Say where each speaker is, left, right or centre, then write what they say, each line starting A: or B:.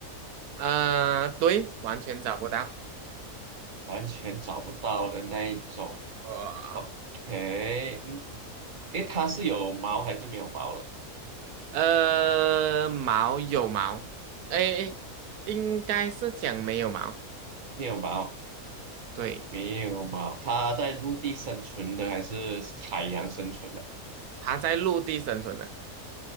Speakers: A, on the right (about 85°); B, on the right (about 35°).
A: 呃，对，完全找不到。
B: 完全找不到的那一种。
A: 哇
B: OK，嗯，诶，它是有毛还是没有毛了？
A: 呃，毛有毛，哎哎，应该是讲没有毛。
B: 没有毛，
A: 对，
B: 没有毛。它在陆地生存的还是海洋生存的？
A: 它在陆地生存的，